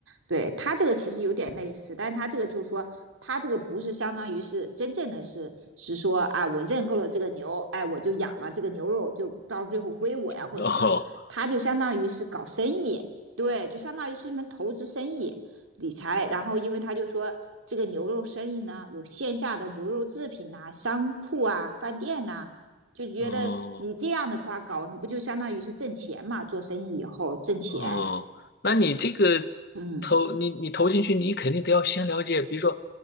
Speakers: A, on the right (about 80°); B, on the left (about 50°).
A: 对他这个其实有点类似，但他这个就是说，他这个不是相当于是真正的是是说啊，我认购了这个牛，哎，我就养了这个牛肉，就到最后归我呀或者什么，
B: <laughs> 哦，
A: 他就相当于是搞生意，对，就相当于是一门投资生意理财。然后因为他就说这个牛肉生意呢，有线下的牛肉制品呐、商铺啊、饭店呐、就觉得你这样的话搞，
B: 哦。
A: 不就相当于是挣钱嘛？做生意以后挣钱，
B: 哦，那你这个
A: 嗯
B: 投你你投进去，你肯定得要先了解，比如说